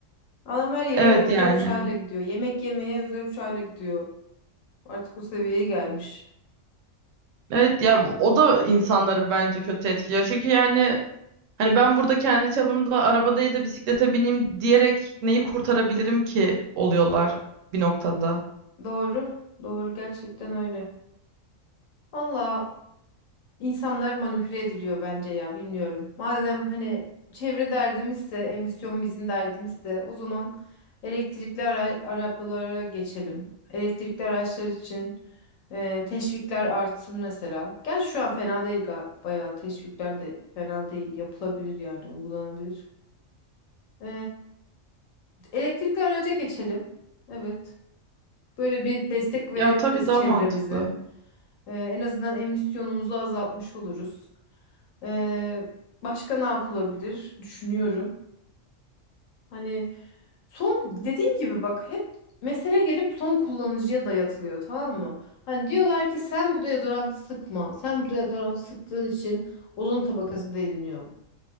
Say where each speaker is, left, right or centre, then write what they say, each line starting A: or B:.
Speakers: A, on the left (about 80°); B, on the right (about 75°).
A: Adam her yere
B: Evet
A: o
B: yani.
A: özel uçağıyla gidiyor. Yemek yemeye özel uçağıyla gidiyor. Artık o seviyeye gelmiş.
B: Evet ya bu- o da insanları bence kötü etkiliyor. Çünkü yani Hani ben burada kendi çapımda araba değil de bisiklete bineyim diyerek neyi kurtarabilirim ki oluyorlar bir noktada.
A: Doğru. Doğru gerçekten öyle. Valla İnsanlar manipüle ediliyor bence ya bilmiyorum. Madem hani çevre derdimizse, emisyon bizim derdimizse o zaman elektrikli ara arabalara geçelim. Elektrikli araçlar için e, teşvikler artsın mesela. Gel şu an fena değil ga- bayağı teşvikler de fena değil. Yapılabilir yani uygulanabilir. E, elektrikli araca geçelim. Evet. Böyle bir destek verebiliriz
B: Ya tabii daha
A: çevremize.
B: mantıklı.
A: E, en azından emisyonumuzu azaltmış oluruz. Ee, başka ne yapılabilir düşünüyorum. Hani son dediğim gibi bak hep mesele gelip son kullanıcıya dayatılıyor tamam mı? Hani diyorlar ki sen bu deodorantı sıkma. Sen bu deodorantı sıktığın için ozon tabakası deliniyor.